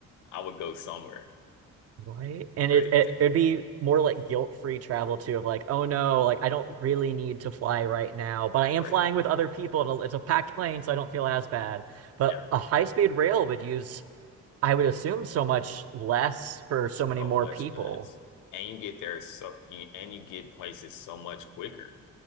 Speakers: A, on the left; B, on the right.
A: I would go somewhere,
B: Right. And
A: right?
B: it, it it'd be more like guilt-free travel too of like, oh no, like I don't really need to fly right now, but I am
A: Right?
B: flying with other people and it's a packed plane, so I don't feel as bad. But
A: Yeah,
B: a high-speed rail would use I would assume so much less for so
A: so
B: many more
A: much
B: people,
A: less, and you get there so and you get places so much quicker.